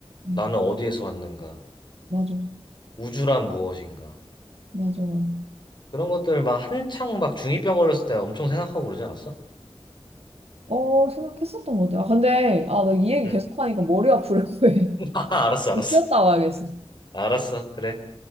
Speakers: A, on the right (about 85°); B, on the left (about 50°).
A: 음,
B: 나는 어디에서 왔는가?
A: 맞아.
B: 우주란 무엇인가?
A: 맞아, 맞아.
B: 그런 것들 막 한창 막 중2병 걸렸을 때 엄청 생각하고 그러지 않았어?
A: 어, 생각했었던 것 같아. 아, 근데, 아, 나 이 얘기
B: 응.
A: 계속하니까 머리 아프려고 해.
B: <laughs> 아,
A: <laughs>
B: 알았어, 알았어.
A: 좀 쉬었다 와야겠어.
B: 알았어, 그래.